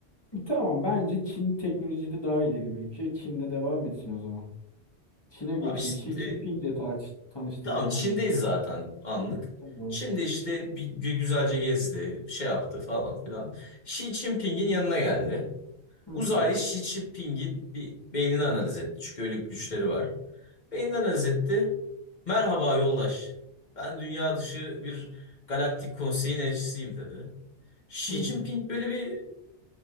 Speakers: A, on the left; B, on the left.
A: Tamam bence Çin teknolojide daha ileri bir ülke. Çin'le devam etsin o zaman. Çin'e götüreyim.
B: Abi işte
A: Xi Jinping'le tartış tanıştıralım
B: tamam Çin'deyiz
A: onu.
B: zaten anlık.
A: Tamam.
B: Çin'de işte bir gü- güzelce gezdi, şey yaptı falan filan. Xi Jinping'in yanına geldi.
A: Hı hı.
B: Uzaylı Xi Jinping'in bir beynini analiz etti. Çünkü öyle güçleri var. Beynini analiz etti. Merhaba yoldaş. Ben dünya dışı bir galaktik konseyin elçisiyim dedi. Xi
A: Hı hı.
B: Jinping böyle bir